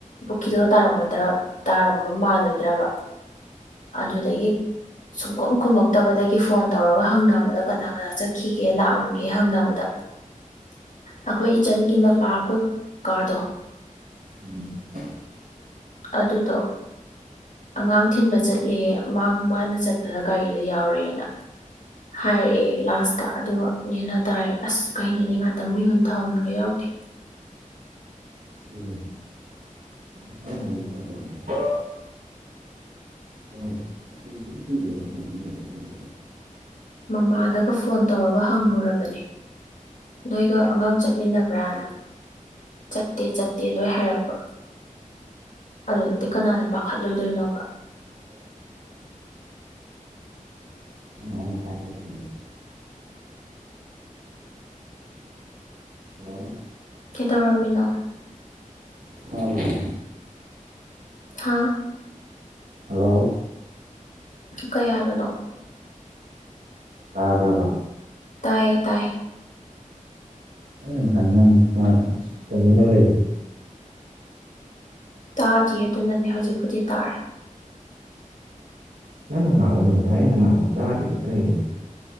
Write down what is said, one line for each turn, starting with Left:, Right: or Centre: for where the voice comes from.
Left: ꯄꯨꯈ꯭ꯔꯤꯗꯨꯒ ꯇꯥꯔꯝꯃꯣꯏꯗ꯭ꯔꯥ ꯇꯥꯔꯝꯕ ꯃꯥꯜꯂꯣꯏꯗ꯭ꯔꯕ ꯑꯗꯨꯗꯒꯤ ꯁꯨꯡꯀꯨꯝ ꯈꯨꯝꯃꯛꯇꯕꯗꯒꯤ ꯐꯣꯟ ꯇꯧꯔꯒ ꯍꯪꯅꯕꯗ ꯀꯅꯥ ꯀꯅꯥ ꯆꯠꯈꯤꯒꯦ ꯂꯥꯛꯑꯝꯒꯦ ꯍꯪꯅꯕꯗ ꯑꯩꯈꯣꯏ ꯏꯆꯟꯒꯤ ꯃꯄꯥ ꯑꯩꯈꯣꯏ ꯀꯥꯗꯣ
Right: <unintelligible>
Left: ꯑꯗꯨꯗꯣ ꯑꯉꯥꯡ ꯊꯤꯟꯕ ꯆꯠꯂꯦ ꯃꯥꯅ ꯆꯠꯄꯗ ꯒꯥꯔꯤꯗ ꯌꯥꯎꯔꯛꯑꯦꯅ ꯍꯥꯏꯔꯛꯑꯦ ꯂꯥꯁꯇ ꯑꯗꯨꯒꯅꯦꯅ ꯇꯥꯔꯦ ꯑꯁ ꯀꯩꯅꯣꯅꯦ ꯉꯥꯛꯇꯪ ꯃꯤꯍꯨꯟ ꯊꯧꯍꯟꯕ ꯌꯥꯎꯗꯦ
Right: <unintelligible> <unintelligible>
Left: ꯃꯃꯥꯗꯒ ꯐꯣꯟ ꯇꯧꯔꯒ ꯍꯪꯂꯉꯨꯔꯕꯅꯦ ꯅꯣꯏꯒ ꯑꯉꯥꯡ ꯆꯠꯃꯤꯟꯅꯕ꯭ꯔꯅ ꯆꯠꯇꯦ ꯆꯠꯇꯦ ꯂꯣꯏ ꯍꯥꯏꯔꯛꯄ ꯑꯗꯨꯗꯗꯤ ꯀꯅꯥꯅ ꯄꯥꯈꯠꯂꯣꯏꯗꯣꯏꯅꯣꯕ
Right: <unintelligible> ꯎꯝ
Left: ꯀꯩꯗꯧꯔꯝꯃꯤꯅꯣ
Right: ꯇꯥꯕꯔꯣ
Left: ꯍꯥꯥꯎ
Right: ꯍꯜꯂꯣ
Left: ꯀꯩ ꯍꯥꯏꯕꯅꯣ
Right: ꯇꯥꯕ꯭ꯔꯕꯥ
Left: ꯇꯥꯏꯌꯦ ꯇꯥꯏꯌꯦ
Right: ꯑꯩꯅ ꯉꯥꯁꯥꯏꯅꯥ ꯉꯡꯉꯤꯖꯦ ꯇꯗꯔꯣ ꯇꯨꯃꯤꯟꯅ ꯂꯩꯒꯤꯗꯣ
Left: ꯇꯥꯗꯤꯌꯦ ꯑꯗꯨꯅꯅꯦ ꯍꯧꯖꯤꯛꯄꯨꯗꯤ ꯇꯥꯔꯦ
Right: ꯅꯪꯅ ꯉꯥꯡꯕ ꯑꯗꯨꯝ ꯇꯥꯏꯌꯦ ꯑꯩꯅ ꯉꯥꯡꯕ ꯇꯥꯗꯤꯗꯤ ꯀꯩꯒꯤꯅꯣ